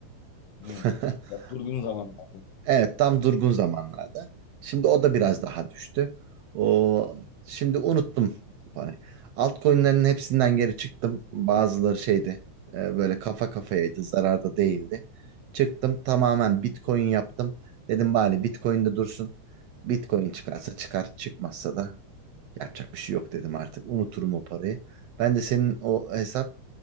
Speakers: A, on the left; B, on the right.
A: Hmm.
B: <laughs>
A: Ya durgun zamanlarda.
B: Evet, tam durgun zamanlarda. Şimdi o da biraz daha düştü. O şimdi unuttum. Hani altcoin'lerin hepsinden geri çıktım. Bazıları şeydi. e, Böyle kafa kafayaydı, zararda değildi. Çıktım tamamen Bitcoin yaptım. Dedim bari Bitcoin'de dursun. Bitcoin çıkarsa çıkar, çıkmazsa da Yapacak bir şey yok dedim artık. Unuturum o parayı. Ben de senin o hesap